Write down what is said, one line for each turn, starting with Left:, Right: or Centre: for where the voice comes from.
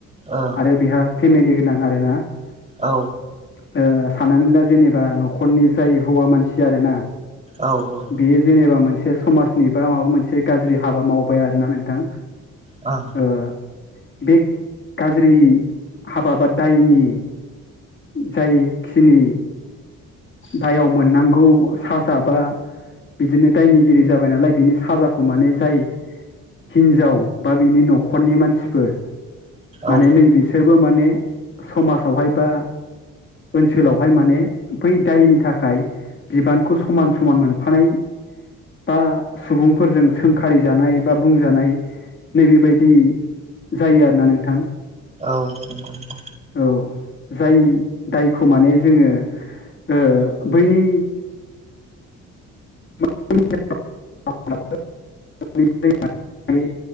Right: औ
Left: आरो बेहा फेमिलि गोनां आरोना ओ
Right: औ
Left: साननानै दा जेनेबा न'खरनि जाय हौवा मानसि आरोना
Right: औ ओं
Left: बेयो जेनेबा मोनसे समाजनि बा माबा मोनसे गाज्रि हाबा मावबाय आरोना नोंथां
Right: औ
Left: ओ बे गाज्रि हाबा बा दायनि जायखिनि दायाव मोननांगौ साजाबा बिदिनो दायनिगिरि जाबाय नालाय बिनि साजाखौ माने जाय हिनजाव बा बिनि न'खरनि मानसिफोर माने
Right: औ
Left: नै बिसोरबो माने समाजावहाय बा ओनसोलावहाय माने बै दायनि नि थाखाय बिबानखौ समान समान मोनफानाय बा सुबुंफोरजों सोंखारि जानाय बा बुंजानाय नैबेबायदि जायो आरोना नोंथां
Right: औ नंगौ नंगौ
Left: औ जाय दायखौ माने जोङो ओ बैनि <unintelligible> <unintelligible>